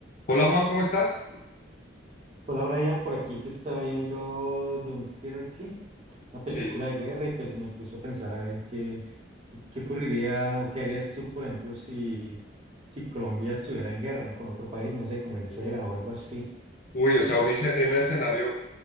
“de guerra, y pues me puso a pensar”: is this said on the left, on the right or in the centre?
Right